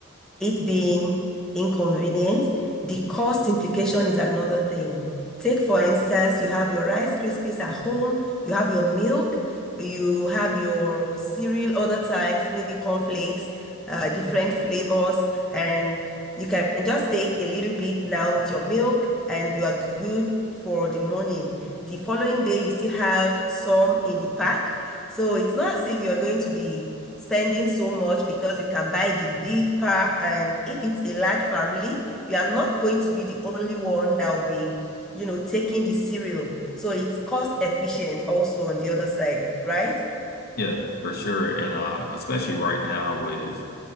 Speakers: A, in the centre; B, on the left.
A: it being inconvenient, the cost implication is another thing. Take, for instance, you have your Rice Krispies at home, you have your milk, you have your cereal, other types, maybe cornflakes, uh, different flavors, and you can just take a little bit now with your milk, and you are good for the morning. The following day, you still have some in the pack. So it's not as if you're going to be spending so much because you can buy the big pack. And if it's a large family, you are not going to be the only one that will be, you know, taking the cereal. So it's cost efficient also on the other side, right?
B: Yeah, for sure. And um, especially right now with